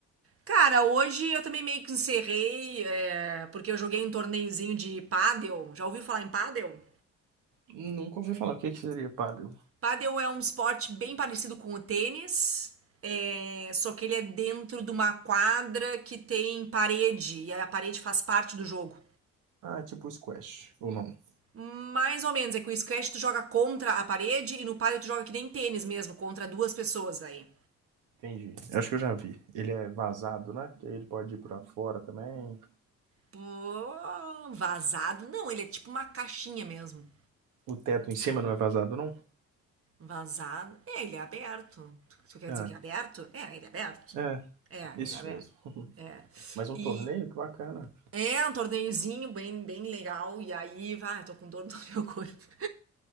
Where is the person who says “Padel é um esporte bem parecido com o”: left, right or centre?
Right